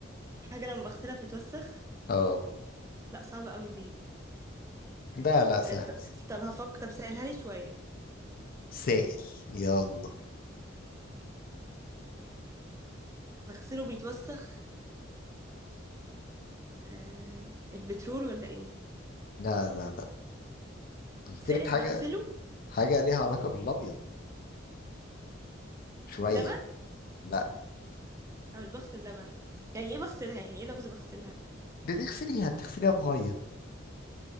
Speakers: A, on the right; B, on the left.
A: حاجة لما بغسلها بتتوسخ
B: اه
A: لا صعبة أوي دي
B: لا لا سهل
A: آه، طب
B: سهل.
A: طب هفك طب سهلها لي شوية
B: سائل يلا
A: بغسله بيتوسخ آه... البترول ولا إيه؟
B: لا لا لا قلت
A: سائل
B: لك حاجة
A: بغسله
B: حاجة ليها علاقة بالابيض شوية
A: لبن؟
B: يعني لا
A: أنا مش بغسل لبن يعني إيه بغسلها؟ يعني إيه لفظ بغسلها؟
B: بتغسليها بتغسليها بمية